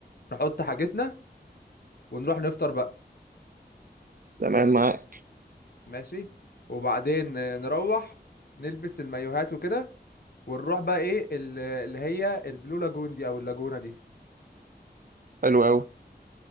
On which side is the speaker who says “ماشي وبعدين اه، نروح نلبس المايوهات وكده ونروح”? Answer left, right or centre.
Left